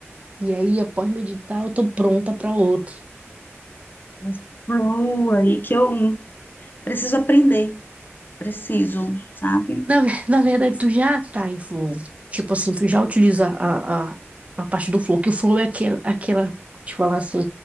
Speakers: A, on the right; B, on the left.
A: E aí, após meditar, eu tô pronta para outro.
B: Mas Flow aí que eu preciso aprender, preciso, sabe?
A: Na, ver- <laughs> na verdade, tu já tá em flow. Tipo assim, tu já utiliza a, a, a parte do flow, que o flow é aquela, aquela, vou te falar assim,